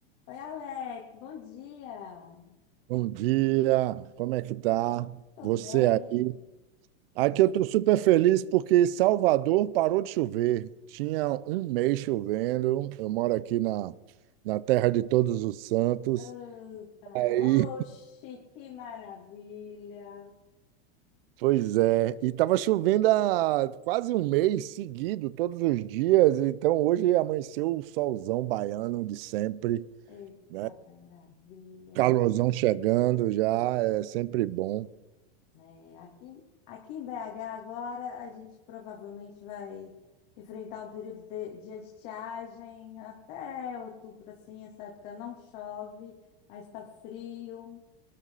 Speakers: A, on the left; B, on the right.
A: Oi, Alex, bom dia.
B: Bom dia, como é que tá?
A: Tô
B: Você
A: bem.
B: aí? Aqui eu estou super feliz porque Salvador parou de chover. Tinha um mês chovendo. Eu moro aqui na, na terra de todos os santos.
A: Oh, para.
B: Aí,
A: Oxi, que maravilha.
B: pois é. E tava chovendo há quase um mês seguido, todos os dias. Então hoje amanheceu o solzão baiano de sempre,
A: Eita,
B: né?
A: maravilha.
B: Calorzão chegando já, é sempre bom.
A: É, aqui, aqui em BH agora a gente provavelmente vai enfrentar um período de, de estiagem até outubro, assim, essa época não chove, mas está frio.